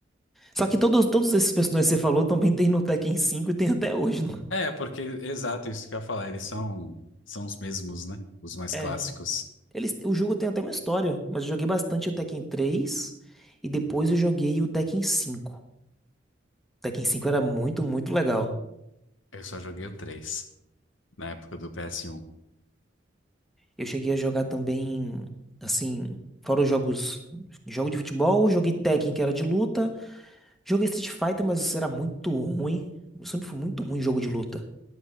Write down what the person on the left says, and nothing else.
É, porque, exato, isso que eu ia falar. Eles são, são os mesmos, né? Os mais
clássicos.
Eu só joguei o 3, na época do ps um.